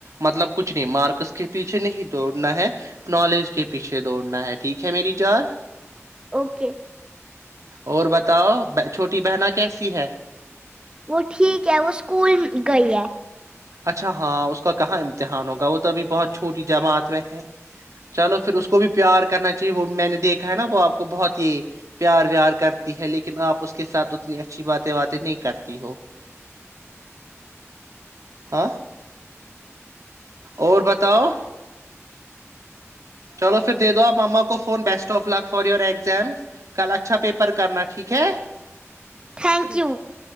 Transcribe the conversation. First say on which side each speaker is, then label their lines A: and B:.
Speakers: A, on the right; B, on the right.
A: مطلب کچھ نہیں مارکس کے پیچھے نہیں دوڑنا ہے نالج کے پیچھے دوڑنا ہے ٹھیک ہے میری جان
B: اوکے
A: اور بتاؤ چھوٹی بہن کیسی ہے
B: وہ ٹھیک ہے وہ اسکول گئی ہے
A: اچھا ہاں اس کا کہاں امتحان ہوگا وہ تو ابھی بہت چھوٹی جماعت میں ہے چلو پھر اس کو بھی پیار کرنا چاہیے وہ میں نے دیکھا ہے نا وہ آپ کو بہت ہی پیار ویار کرتی ہے لیکن آپ اس کے ساتھ اتنی اچھی باتیں باتیں نہیں کرتی ہو ہاں اور بتاؤ چلو پھر دے دو آپ ما کو phone best <inaudible> of luck for your exam کل اچھا پیپر کرنا ٹھیک ہے
B: تھینک یو